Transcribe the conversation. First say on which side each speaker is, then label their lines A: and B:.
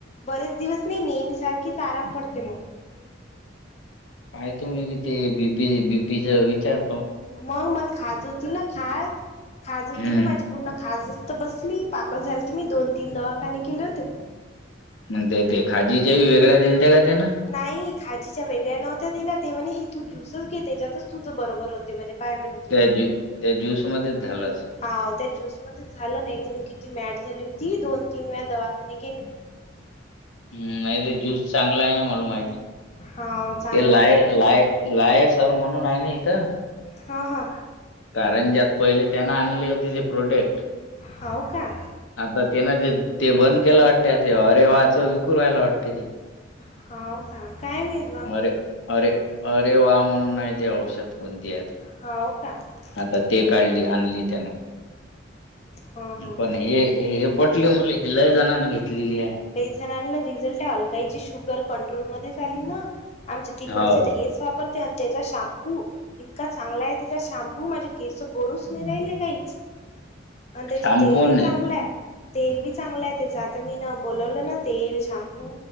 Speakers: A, on the left; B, on the left.
A: बरेच दिवस नी नेमी सारखीच आराम पडते म.
B: काय तुम्ही बी ते बीपी बीपीचा विचार
A: मग मला खाज होती ना खाज खाज होती
B: हम्म
A: ना माझ्या पूर्ण खासजस्त बसली पागल झाली त मी दोन तीन दवाखाने केले होते.
B: मग ते ते खाजीच्या वेगळ्या दिलत का तेना?
A: नाही खाजीच्या वेगळ्या नव्हत्या दिला ते म्हणे, तू ज्यूस घे त्याच्यातच तुझ बरोबर होते म्हणे. पाय म्हणे तू
B: त्या ज्यू त्या ज्यूसमध्येच झालं असं.
A: हा त्या ज्यूस मध्ये झालं, नाही तर मी किती मॅड झाली होती दोन तीन वेळा दवाखाने केले.
B: हम् नाही ते ज्यूस चांगला आहे ना मला माहित आहे.
A: हाव चांगला
B: ते लाय
A: आहे तो
B: लाय लायसर म्हणून आहे ना इथं.
A: हा हा.
B: कारण ज्यात पहिले त्यान आणले होते ते प्रोडक्ट.
A: हाव का
B: आता ते ना ते ते बंद केलं वाटते ते अरे वाच विकू वहायला वाटते ते.
A: ह का काय माहीत.
B: अरे अरे अरे वा म्हणून आहे ते औषध कोणती आता,
A: हाव का हम्म
B: ते काढली आणली त्यांना.
A: हा हा
B: पण हे हे पटल म्हटले हे लय जाणणे घेतलेली आहे.
A: जण रिझल्ट अलकाई शुगर कंट्रोल मध्ये झाली ना. आमचे तिकडचे
B: हो
A: तर हेच वापरते आणि त्याचा शॅम्पू इतका चांगला आहे. <unintelligible> शॅम्पू माझ केस गोळूस नाही राहिलले काहीच. आणि त्याच
B: शॅम्पू
A: तेलही
B: नाही
A: चांगलं आहे तेल बी चांगला आहे त्याच आता मी ना बोलवलं ना तेल शॅम्पू